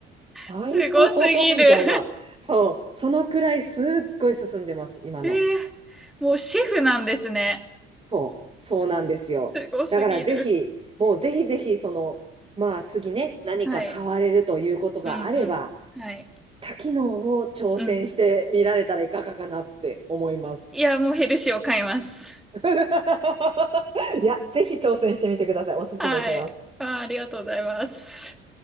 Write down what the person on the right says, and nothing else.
最高
<laughs> みたいな。そう。そのくらいすっごい進んでます、今の。
そう。そうなんですよ。
だからぜひ、もうぜひぜひ、その、まあ次ね、何か買われるということがあれば、
多機能を挑戦してみられたらいかがかなって思います。
<laughs> いや、ぜひ挑戦してみてください。おすすめします。